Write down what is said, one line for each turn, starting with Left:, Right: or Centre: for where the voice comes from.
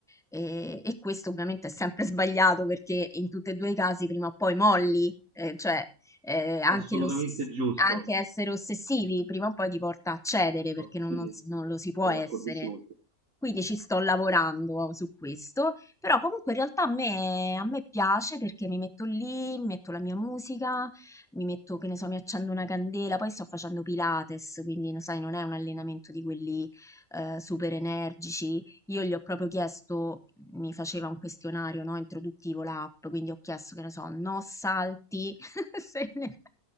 Centre: E, e questo ovviamente è sempre sbagliato perché in tutti e due i casi prima o poi molli, eh, cioè eh, anche
Right: assolutamente
Centre: l'ossessione
Right: giusto.
Centre: anche essere ossessivi prima o poi ti porta a cedere perché
Right: Sì,
Centre: non, non
Right: sì,
Centre: si- non lo si può
Right: sono
Centre: essere.
Right: d'accordissimo con te.
Centre: Quindi ci sto lavorando su questo, però comunque in realtà a me, a me piace perché mi metto lì, metto la mia musica, mi metto, che ne so, mi accendo una candela, poi sto facendo Pilates, quindi lo sai, non è un allenamento di quelli eh, super energici. Io gli ho proprio chiesto, mi faceva un questionario, no, introduttivo l'app, quindi ho chiesto, che ne so, no salti, <laughs> Se ne-